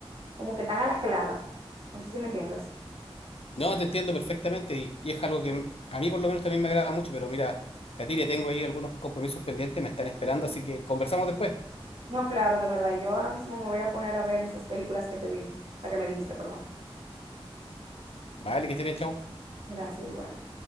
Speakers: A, on the right (about 70°); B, on the left (about 75°).
A: como que tan a la clara. No sé si me entiendes.
B: No, te entiendo perfectamente y, y es algo que a mí por lo menos también me agrada mucho, pero mira, Catiria, tengo ahí algunos compromisos pendientes, me están esperando, así que conversamos después.
A: No, claro, de verdad, yo ahora mismo me voy a poner a ver esas películas que te dije, o sea, que me dijiste, perdón.
B: Vale, que esté bien, chao.
A: Gracias, igual.